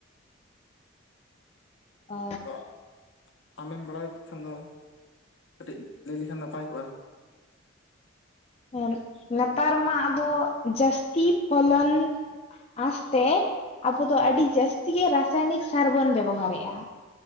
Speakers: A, on the left; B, on the left.
A: ᱚᱻ
B: ᱟᱫᱚ ᱟᱢᱮᱢ ᱵᱟᱲᱟᱭ ᱠᱷᱟᱱ ᱫᱚ ᱠᱟᱹᱴᱤᱡ ᱞᱟᱹᱭ ᱞᱮᱠᱷᱟᱱ ᱱᱟᱯᱟᱭ ᱠᱚᱜᱼᱟ᱾
A: ᱦᱮᱸ ᱱᱮᱛᱟᱨ ᱢᱟ ᱟᱵᱚ ᱡᱟᱹᱥᱛᱤ ᱯᱷᱚᱞᱚᱱᱼᱼ ᱟᱥᱛᱮ ᱟᱵᱚ ᱫᱚ ᱟᱹᱰᱤ ᱡᱟᱹᱥᱛᱤ ᱜᱮ ᱨᱟᱥᱟᱭᱱᱤᱠ ᱥᱟᱨ ᱵᱚᱱ ᱵᱮᱵᱚᱦᱟᱨᱮᱜᱼᱟ᱾